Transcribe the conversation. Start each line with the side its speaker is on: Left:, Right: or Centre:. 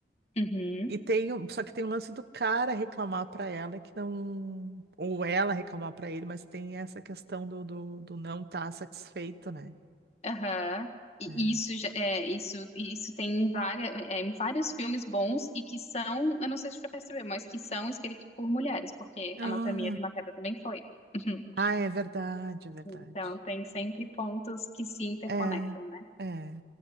Left: Uhum,
Right: E tem, o- só que tem o lance do cara reclamar pra ela que não, ou ela reclamar pra ele, mas tem essa questão do, do, do não estar satisfeito, né?
Left: aham. E
Right: É.
Left: isso, já- é, isso, e isso tem em, várias, é, em vários filmes bons e que são, eu não sei se você percebeu, mas que são escritos por mulheres, porque
Right: Ah,
Left: Anatomia de uma Queda também foi. <laughs>
Right: Ah, é verdade, é verdade.
Left: Então, tem sempre pontos que se interconectam,
Right: É,
Left: né?
Right: é.